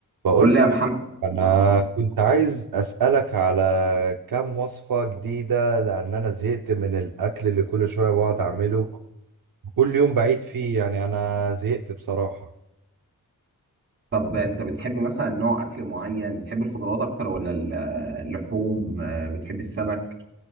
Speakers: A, on the right (about 70°); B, on the right (about 35°).
A: بقول
B: قول
A: لك
B: لي يا محمد
A: انا كنت عايز اسالك على كام وصفه جديده لان انا زهقت من الاكل اللي كل شويه بقعد اعمله كل يوم بعيد فيه يعني انا زهقت بصراحه
B: طب انت بتحب مثلا نوع اكل معين بتحب الخضروات اكتر ولا ال- اللحوم آه، بتحب السمك